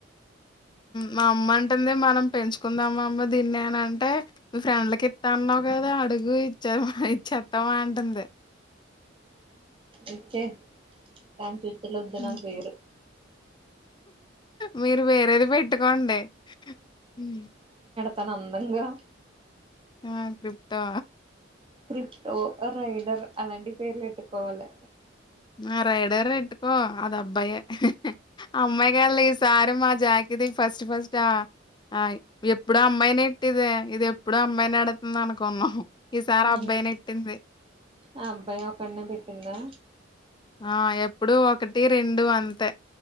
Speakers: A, on the left; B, on the right.
A: మా అమ్మ అంటుంది మనం పెంచు కుందాం అమ్మ దీన్ని నేను అంటే మీ ఫ్రెండ్లకి ఇత్త అన్నావు గదా అడుగు ఇచ్చారు ఇచ్చతావ అంటుంది
B: ఇచ్చే కాంచుచు ఇల్లు వద్దు
A: హ్మ్.
B: నాకు వేరు
A: మీరు వేరేది పెట్టుకోండి ఉ
B: తను అందంగా
A: ఆ.... క్రిప్టో
B: క్రిప్టో రైడర్ అలాంటి పేర్లు ఏట్టుకోవాలి
A: నా రైడర్ రెటు కో అది అబ్బాయే అమ్మాయి గాలే ఈ సారు మత్ జాకిది ఫస్ట్ ఫస్ట్ ఆ అయి ఎప్పుడు అమ్మాయిని ఇట్టిదే ఇది ఎప్పుడు అమ్మాయిని ఎడుతుంది అనుకున్నాం ఈసారి
B: ఉ
A: అబ్బాయి నెట్టింది
B: ఆ అబ్బాయి ఒక్కడనే పెట్టిందా
A: ఆ ఎప్పుడు ఒకటి రెండు అంతే